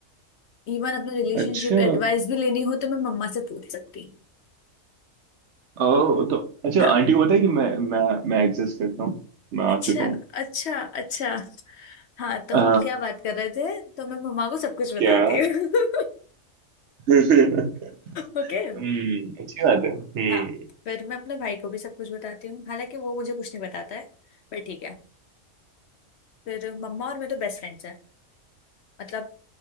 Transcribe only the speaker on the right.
अच्छा
ओ तो अच्छा
आंटी को पता है कि मैं मैं मैं एग्जिस्ट करता हूँ मैं आ
चुका हूँ
आ,
क्या
<laughs>
हम्म अच्छी बात है हम्म